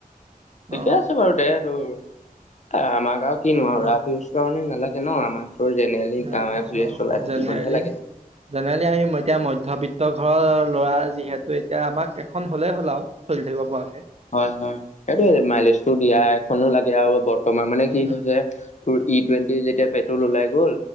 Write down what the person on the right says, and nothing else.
অ
অ
তাৰপিছত
জেনেৰেলি
জেনেৰেলি আমি এতিয়া মধ্যবিত্ত ঘৰৰ ল'ৰা যিহেতু এতিয়া আমাক এখন হলেই হ'ল আৰু। চলি থাকিব পোৱাকে।
উম
উম